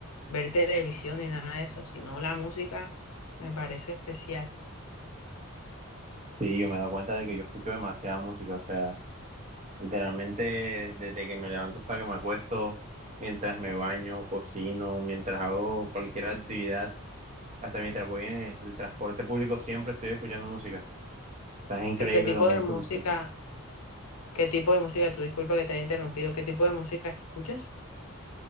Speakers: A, on the left (about 85°); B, on the right (about 30°).
A: ver televisión ni nada de eso, sino la música me parece especial.
B: Sí, yo me he dado cuenta de que yo escucho demasiada música, o sea, literalmente desde que me levanto hasta que me acuesto, mientras me baño, cocino, mientras hago cualquier actividad, hasta mientras voy en el transporte público, siempre estoy escuchando música. O sea, es increíble
A: ¿Qué tipo
B: lo mucho
A: de música,
B: que escucho.
A: qué tipo de música, tú disculpa que te haya interrumpido, qué tipo de música escuchas?